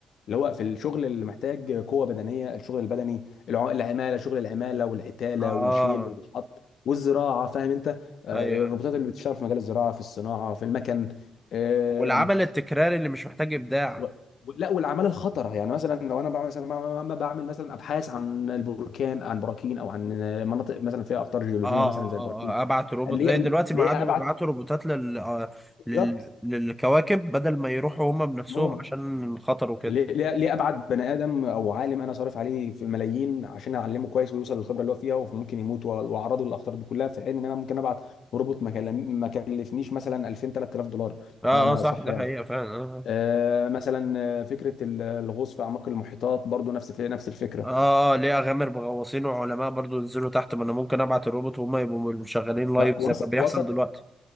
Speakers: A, on the left (about 70°); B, in the centre.
A: اللي هو في الشغل اللي محتاج قوه بدنيه الشغل البدني الع- العماله شغل العماله والعتاله
B: اه
A: والشيل والشحط والزراعه فاهم انت آه،
B: ايوه
A: الروبوتات
B: أيوة.
A: اللي بتشتغل في مجال الزراعه في الصناعه في المكن آم،
B: والعمل التكراري اللي مش محتاج ابداع
A: و- و- لا والاعمال الخطره يعني مثلا لو انا بعمل مثلا بعمل بعمل مثلا ابحاث عن البركان عن براكين او عن مناطق مثلا فيها اخطار جيولوجيه
B: اه اه
A: مثلا زي البراكين
B: اه آه، ابعت روبوت
A: اللي
B: زي
A: هي
B: دلوقتي
A: اللي
B: ما عادوا
A: هي ابعد
B: بيبعتوا روبوتات لل... آه،
A: بالظبط
B: لل... للكواكب بدل ما يروحوا هما بنفسهم
A: اه
B: عشان الخطر وكده
A: ليه ليه ليه ابعد بني ادم او عالم انا صارف عليه في ملايين عشان اعلمه كويس ويوصل للخبره اللي هو فيها وممكن يموت وأ- واعرضه للاخطار دي كلها في حين ان انا ممكن ابعت روبوت ما كلم- ما كلفنيش مثلا 2000 3000 دولار
B: اه
A: بمعنى
B: اه صح
A: صح
B: ده
A: يعني
B: حقيقة فعلا آه. آه.
A: آه مثلا آه، فكره ال- الغوص في اعماق المحيطات برضو نفس الف- نفس الفكره
B: اه ليه اغامر بغواصين وعلماء برضو ينزلوا تحت ما انا ممكن ابعت الروبوت وهم يبقوا شغالين
A: ده
B: لايف
A: وصل
B: زي ما بيحصل
A: وصل
B: دلوقتي